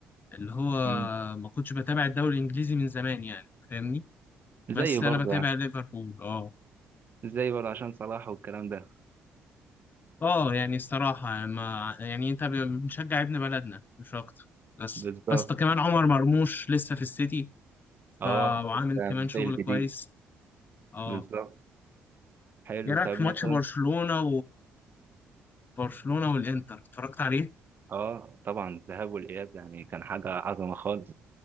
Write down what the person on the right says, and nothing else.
امم
زي
برضه
يعني
زي برضه عشان صلاح والكلام ده
بالظبط
اه
لسه
زي الجديد
بالظبط حلو
طب
مثلا
اه طبعا الذهاب والاياب يعني كان حاجه عظمه خالص